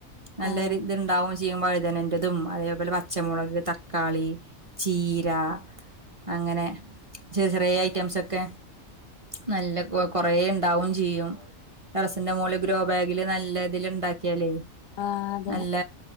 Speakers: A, on the right; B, on the left.
A: നല്ലൊ
B: ആഹ്
A: ഇത്ണ്ടാവും ചെയ്യും വഴുതനറതും അതേപോലെ പച്ചമുളക് തക്കാളി ചീര അങ്ങനെ ചെറിയ ചെറിയ ഐറ്റംസ്ക്കെ നല്ല കൊ കൊറേ ഉണ്ടാവും ചെയ്യും ടെറസിൻറ മോള് ല് ഗ്രോബാഗില് നല്ല ഇതിൽ ഉണ്ടാക്കിയാലേ
B: ആഹ് അതെ
A: നല്ല